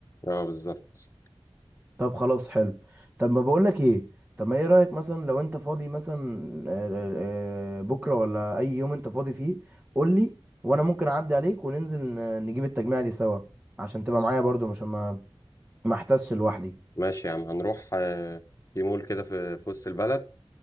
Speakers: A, on the left (about 35°); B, on the right (about 20°).
A: اه بالظبط
B: طب خلاص حلو طب ما بقول لك ايه طب ما ايه رايك مثلا لو انت فاضي مثلا آه، آه، آه، بكره ولا اي يوم انت فاضي فيه قول لي وانا ممكن اعدي عليك وننزل آه، نجيب التجميعه دي سوا عشان تبقى معايا برضو مش ما ما احتسش لوحدي
A: ماشي يا عم هنروح آه، في مول كده في في وسط البلد